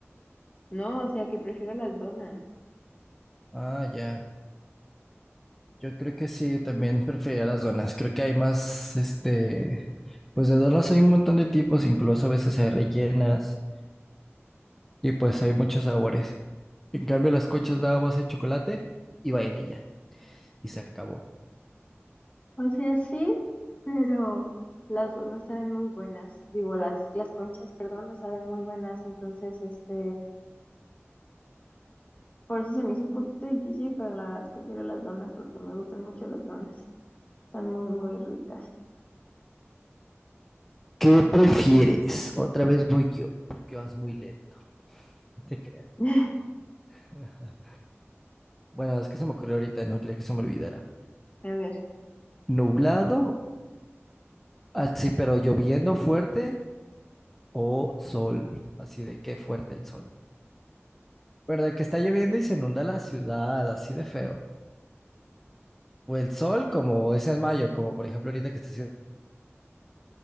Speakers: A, on the left; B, in the centre.
A: no, o sea, que prefiero las donas.
B: Ah, ya. Yo creo que sí, también preferiría las donas. Creo que hay más, este, pues de donas hay un montón de tipos, incluso a veces hay rellenas y pues hay muchos sabores. En cambio, las conchas nada más hay chocolate y vainilla y se acabó.
A: O sea, sí, pero las donas saben muy buenas. Digo, las, las conchas, perdón, me saben muy buenas, entonces, este, por eso se me hizo un poquito difícil, pero la verdad prefiero las donas porque me gustan mucho las donas. Están muy, muy ricas.
B: ¿Qué prefieres? Otra vez voy yo, porque vas muy lento, no te creas.
A: <laughs>
B: <laughs> Bueno, es que se me ocurrió ahorita, no quería que se me olvidara.
A: A ver.
B: Nublado, así, pero lloviendo fuerte o sol, así de que fuerte el sol. Pero de que está lloviendo y se inunda la ciudad, así de feo. O el sol,
A: Ay,
B: como es en mayo, como por ejemplo ahorita que está haciendo